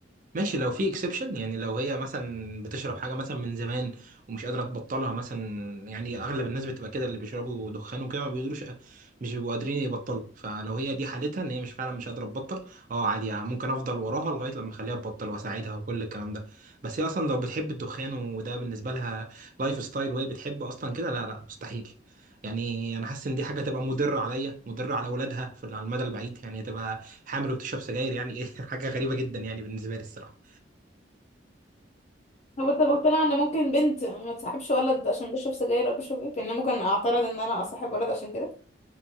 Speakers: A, on the right; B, on the left.
A: ماشي لو في اكسبشن يعني لو هي مثلا بتشرب حاجه مثلا من زمان ومش قادره تبطلها مثلا يعني اغلب الناس بتبقى كده اللي بيشربوا دخان وكده ما بيقدروش مش بيبقوا قادرين يبطلوا فلو هي دي حالتها ان هي مش فعلا مش قادره تبطل اه عادي يعني ممكن افضل وراها لغايه لما اخليها تبطل واساعدها وكل الكلام ده بس هي اصلا لو بتحب الدخان وده بالنسبه لها لايف ستايل وهي بتحب اصلا كده لا لا مستحيل يعني انا حاسس ان دي حاجه تبقى مضره عليا مضره على اولادها في على المدى البعيد يعني تبقى حامل وبتشرب سجاير يعني ايه <laughs> حاجه غريبه جدا يعني بالنسبه لي الصراحه
B: هو انت مقتنع ان ممكن بنت ما تصاحبش ولد عشان بيشرب سجاير او بيشرب فيب يعني انا ممكن اعترض ان انا اصاحب ولد عشان كده